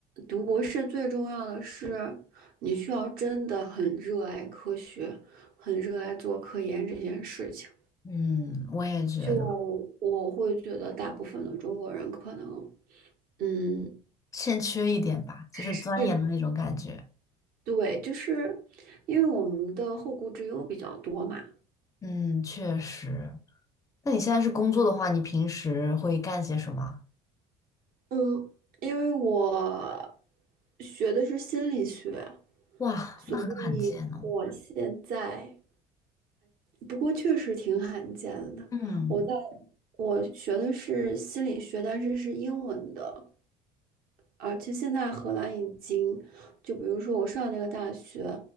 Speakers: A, on the right; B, on the left.
A: 读博士最重要的是，你需要真的很热爱科学，很热爱做科研这件事情。
B: 嗯，我也觉得
A: 就我会觉得，大部分的中国人可能，嗯，
B: 欠缺一点吧，就是钻研的那种感觉。
A: 是对，就是因为我们的后顾之忧比较多嘛。
B: 嗯，确实。那你现在是工作的话，你平时会干些什么？
A: 嗯，因为我学的是心理学，
B: 哇，
A: 所以我现在。
B: 那很罕见哦。
A: 不过确实挺罕见的。
B: 嗯，
A: 我在我学的是心理学，但是是英文的，而且现在荷兰已经，就比如说我上那个大学，